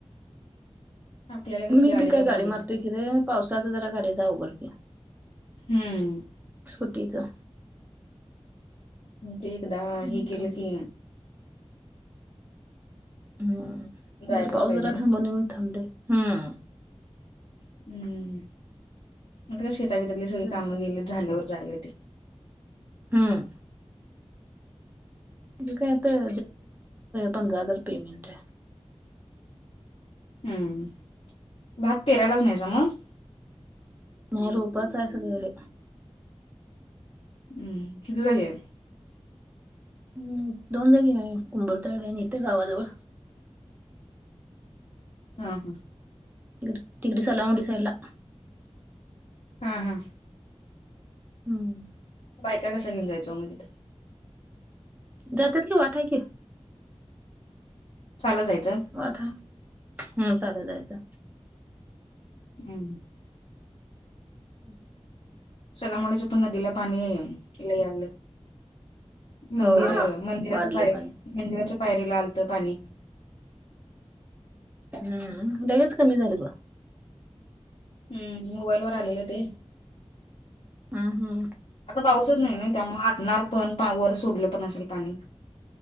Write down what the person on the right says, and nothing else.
मी
बी काय
गाडी मारतोय
कि रे पावसाच जरा गाडीच अवघड होतय.
स्कुटीचा
हम्म
थांबलोय.
हम्म
जर पाऊस
जरा
<unintelligible> हम्
जायचं
हम्म. ती काय आता <unintelligible> पंधरा हजार पेमेंट आहे.
नाही रोपच हाय सगळे.
हम दोन जागी आहे कंबरताडे आणि इथे गावाजवळ.
तिकड तिकडी सला मुडी सईडला.
हम्म.
जातात कि वाट आहे कि.
आता हम् चालत जायचं.
हम्म.
होय
वाढले
पाणी
हम्म, लगेच कमी झालं ग
हम्म हम्म.